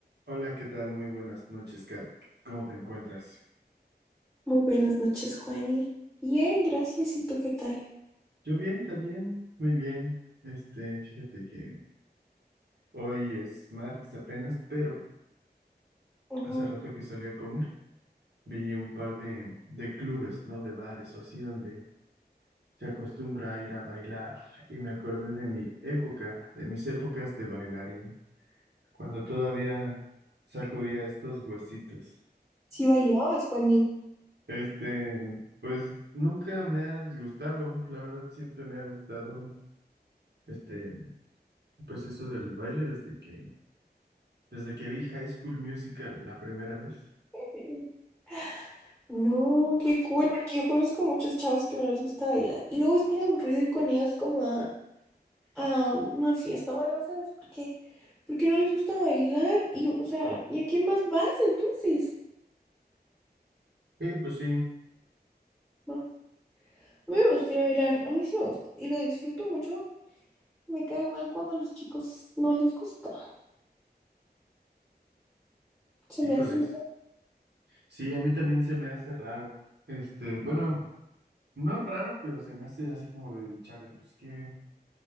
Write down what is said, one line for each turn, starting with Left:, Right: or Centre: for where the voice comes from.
Right: Hola, ¿qué tal? Muy buenas noches, Kat. ¿Cómo te encuentras?
Centre: Muy buenas noches, Juani. Bien, gracias. ¿Y tú qué tal?
Right: Yo bien, también, muy bien. Este, fíjate que hoy es martes apenas, pero
Centre: Ujú.
Right: hace rato que salí a comer, vi un par de, de clubes, ¿no? De bares o así, donde se acostumbra a ir a bailar. Y me acordé de mi época, de mis épocas de bailarín, cuando todavía sacudía estos huesitos.
Centre: Sí bailabas, Juani.
Right: Este, pues nunca me ha disgustado, la verdad siempre me ha gustado. Este, Pues eso del baile desde que, desde que vi High School Musical la primera vez.
Centre: <laughs> No, qué cool, porque yo conozco muchos chavos que no les gusta bailar. Y luego es bien aburrido ir con ellos como a, a una fiesta o algo, ¿sabes? Porque, porque no les gusta bailar y, o sea, ¿y a quién más vas entonces?
Right: Eh, pues sí,
Centre: Va. A mí me gusta ir a bailar, a mí sí me gusta y lo disfruto mucho. Me cae mal cuando a los chicos no les gusta. Se
Right: híjoles.
Centre: me hace, mira,
Right: Sí, a mí también se me hace raro. Este, bueno, no raro, pero se me hace así como de chale, pues qué,